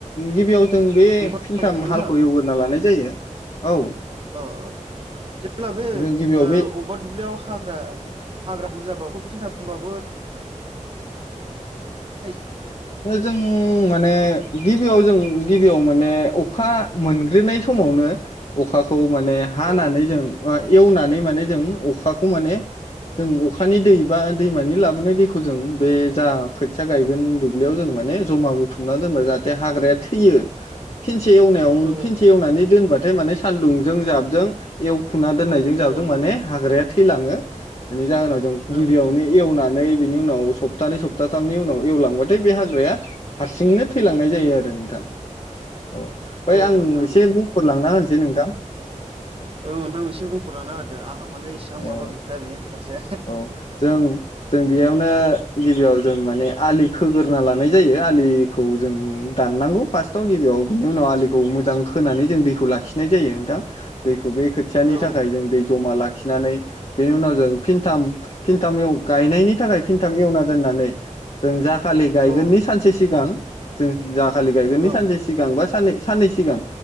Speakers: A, on the left; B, on the right.
A: गिबियाव जों बे
B: ओमफ्राय
A: फिनथाम
B: नोंथां
A: हालखौ एवगोरना लानाय जायो औ
B: अ जेब्ला बे
A: जों गिबियाव
B: ओ अबेबा
A: बे
B: दुब्लियाव हाग्रा हाग्रा बुरजाबाबो फिनथामबाबो <unintelligible>
A: दा जों माने गिबियाव जों गिबियाव माने अखा मोनग्रोनाय समावनो अखाखौ माने हानानै
B: औ
A: जों बा एवनानै माने जों अखाखौ माने जों अ अखानि दै बा दैमानि लाबोनाय दै खौ जों बे जा खोथिया गायगोन दु दुब्लियाव जों माने जमा बुथुमनानै दोनबाय जाहाथे हाग्राया थैयो फिन से एवनायाव
B: औ
A: फिनसे एवनानै दोनबा थाय माने सानदुंजों जाबजों एव खुना दोननायजों जाबजों
B: औ
A: माने हाग्राया थैलाङो। बेनि जाहोनाव जों गिबियावनो
B: ओं
A: एवना नै बिनि उनाव सप्तानै सप्ताथामनि उनाव एवलांबा थाय बे हाग्राया हारसिंनो थैलांनाय जायो
B: उम
A: आरो नोंथां औ ओमफ्राय
B: औ
A: आं
B: नोंथां
A: एसे बुंफोरलांना होनोसै नोंथां
B: ओं नोंथां एसे बुंफोरलांना होदो आंहा माने इसेबां माबा
A: ओ
B: गैथारा बेनि फारसे
A: औ जों जों बेयावनो गिबियाव जों माने आलि खोग्रोना लानाय जायो आलिखौ जों दाननांगौ फार्स्टआव गिबियाव बिनि उनाव आलिखौ मोजां खोनानै जों दैखौ लाखिनाय जायो नोंथां दै खौ बे खोथियानि
B: ओ
A: थाखाय जों दै जमा लाखिनानै बेनि उनाव जों फिन थाम फिनथामाव गायनायनि थाखाय फिनथाम एवना दोननानै जों जाखालि गायगोननि
B: औ
A: सानसे सिगां जों जाखालि गायगोननि
B: औ ओं
A: सानसे सिगां बा सान साननै सिगां